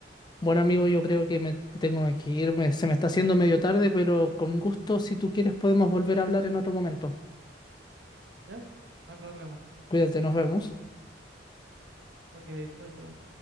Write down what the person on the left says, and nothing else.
bueno amigo, yo creo que me tengo que irme. Se me está haciendo medio tarde, pero con gusto, si tú quieres, podemos volver a hablar en otro momento.
Cuídate, nos vemos.